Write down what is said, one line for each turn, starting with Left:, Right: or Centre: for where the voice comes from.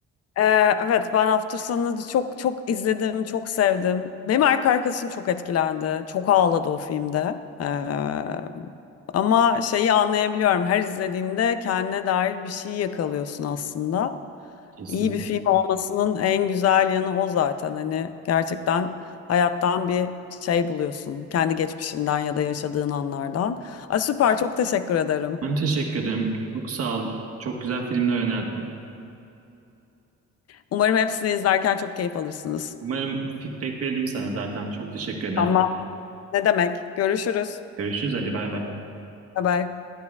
Left: Ee, evet ben hafta sonu çok çok izledim, çok sevdim. Benim erkek arkadaşım çok etkilendi. Çok ağladı o filmde. Ee, ama şeyi anlayabiliyorum. Her izlediğinde kendine dair bir şey yakalıyorsun aslında.
Right: Kesin.
Left: İyi bir film olmasının en güzel yanı o zaten. Hani gerçekten hayattan bir şey buluyorsun. Kendi geçmişinden ya da yaşadığın anlardan. Ay, süper çok teşekkür ederim.
Right: Ben teşekkür ederim. Çok sağ ol. Çok güzel filmler önerdin.
Left: Umarım hepsini izlerken çok keyif alırsınız.
Right: Umarım feedback veririm sana zaten. Çok teşekkür ederim.
Left: Tamam. Ne demek? Görüşürüz.
Right: Görüşürüz. Hadi bay bay.
Left: Bye bye.